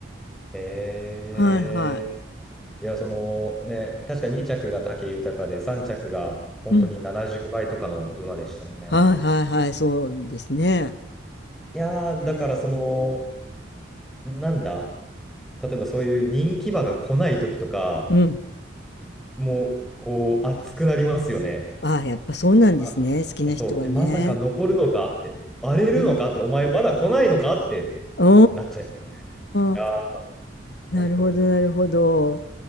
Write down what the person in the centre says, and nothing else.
えー
いや、そのね、確か2着が武豊で、3着が本当に70倍とかの馬でしたよね。
いやー、
だからその、なんだ例えばそういう人気馬が来ない時とか、
もう、こう、熱くなりますよね。
あ、い
や、そう。え、まさか残るのかって、荒れるのかって、
お前まだ来ないのかって
なっちゃいます。いやー、
本当に。